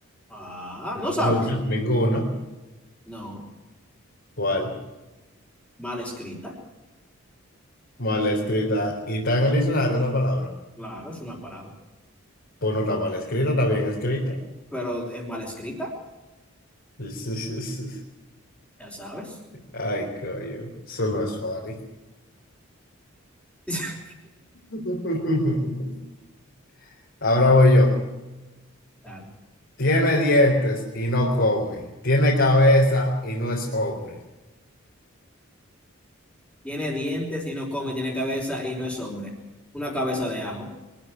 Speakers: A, in the centre; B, on the left.
A: Ah, ¿no
B: Ninguna,
A: sabes?
B: ninguna.
A: No,
B: ¿Cuál?
A: mal escrita.
B: Mal escrita. ¿Y está en el diccionario esa palabra?
A: Claro, es una palabra,
B: Pues no está mal escrita, está bien escrita.
A: pero es mal escrita,
B: <laughs>
A: ya sabes.
B: Ay, coño, eso no es funny.
A: <laughs>
B: <laughs> Ahora voy yo.
A: Dale.
B: Tiene dientes y no come. Tiene cabeza y no es hombre.
A: Tiene dientes y no come, tiene cabeza y no es hombre. Una cabeza de ajo.